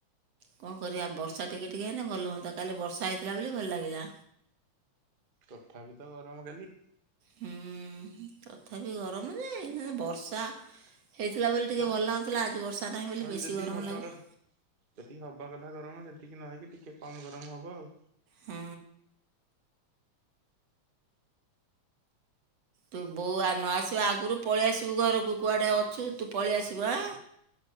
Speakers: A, on the right; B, on the right.
A: କଣ କରିବା ବର୍ଷା ଟିକେ ଟିକେ ହେନେ ଭଲ ହୁଅନ୍ତା କାଲି ବର୍ଷା ହେଇଥିଲା ବୋଲି ଭଲ ଲାଗିଲା।
B: ତଥାପି ତ ଗରମ କାଲି।
A: ହୁଁ ତଥାପି ଗରମ ଯେ ବର୍ଷା ହେଇଥିଲା ବୋଲି ଟିକେ
B: ହଁ
A: ଭଲ ଲାଗୁଥିଲା ଆଜି ବର୍ଷା ନାହିଁ ବୋଲି
B: ମାନେ
A: ବେଶୀ
B: ଯେତିକି
A: ଗରମ
B: ହବା
A: ଲାଗୁଛି।
B: କଥା ଯେତିକି ହବା କଥା ଗରମ ସେତିକି ନହେଇକି ଟିକେ କମ ଗରମ ହବ ଆଉ।
A: ହୁଁ। ତୁ ବୋଉ ଆ ନ ଆସିବା ଆଗରୁ ପଳେଇ ଆସିବୁ ଘରକୁ କୁଆଡ଼େ ଅଛୁ ତୁ ପଳେଇ ଆସିବୁ ଆଁ